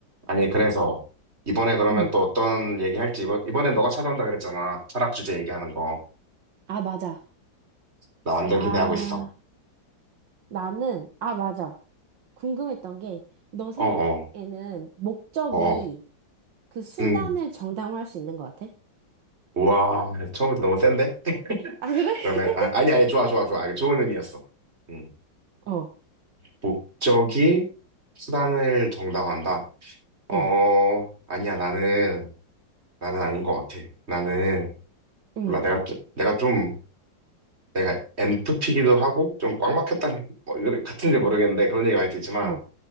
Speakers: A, on the right; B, on the right.
A: 아니, 그래서 이번에 그러면
B: 응.
A: 또 어떤 얘기 할지 이번, 이번엔 너가 찾아온다 그랬잖아. 철학 주제 얘기하는 거.
B: 아, 맞아.
A: 나 완전
B: 아,
A: 기대하고 있어.
B: 나는, 아, 맞아. 궁금했던 게, 너 생각에는
A: 어어.
B: 목적이
A: 어어.
B: 그 수단을
A: 응.
B: 정당화할 수 있는 것 같아?
A: 우와, 처음부터 너무 센데? <laughs>
B: 아, 그래? <laughs>
A: 그러면 아, 아니 아니 좋아 좋아 좋아. 이게 좋은 의미였어. 음.
B: 어,
A: 목적이 수단을 정당화한다.
B: 응,
A: 어, 아니야. 나는 나는 아닌 것 같아. 나는
B: 응,
A: 몰라. 내가 좀- 내가 좀 내가 엔트피기도 하고 좀 꽉 막혔다. 뭐, 이거 같은지 모르겠는데 그런 얘기 많이 듣지만
B: 어,